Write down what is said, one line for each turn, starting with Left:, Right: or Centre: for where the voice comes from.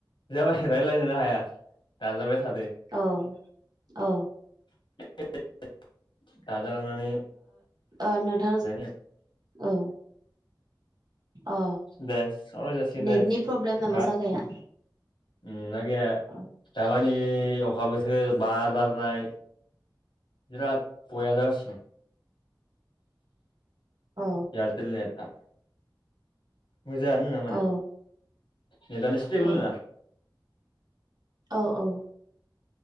Left: जाबाय रायज्लायनोनो हाया दानजाबाय। थादो
Right: अ औ
Left: <unintelligible> जालांनानै
Right: ओ नोंथां
Left: <unintelligible>
Right: औ औ
Left: दे सावराय जासिगोन
Right: नेटनि
Left: दे
Right: प्रब्लेम नामा
Left: मा
Right: जागाया
Left: उम ना गैया
Right: औ
Left: दामानि अखा बोथोर बार बार नाय बिराद बया जागासिनो।
Right: औ
Left: इयारठेल नेट आ मोजाङानो नङा माने
Right: औ
Left: नेट आनो स्टेबोल
Right: औ
Left: नङा
Right: औ औ